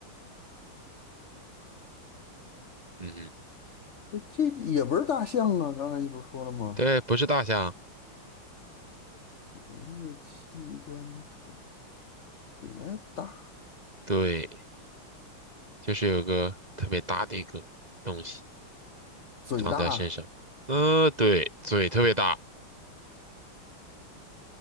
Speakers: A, on the right; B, on the left.
A: 嗯哼
B: 这这也不是大象啊，刚才你不是说了吗？
A: 对，不是大象，
B: 我一个器官特别大，
A: 对，就是有个特别大的一个东西
B: 嘴大，
A: 长在身上。呃，对，嘴特别大，